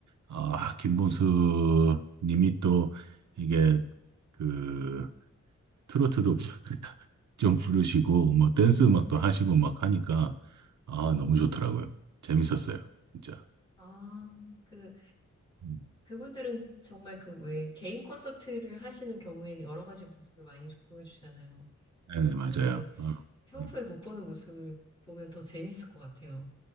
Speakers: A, on the right (about 70°); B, on the left (about 15°).
A: 아, 김범수 님이 또 이게 그 트로트도 <laughs> 좀 부르시고 뭐 댄스 음악도 하시고 막 하니까 아, 너무 좋더라고요. 재밌었어요. 진짜.
B: 아, 그,
A: 음.
B: 그분들은 정말 그 왜 개인 콘서트를 하시는 경우에는 여러 가지 모습을 많이 보여주잖아요.
A: 네네, 맞아요.
B: 그런데
A: 어, 어,
B: 평소에
A: 네,
B: 못 보는 모습을 보면 더 재밌을 것 같아요.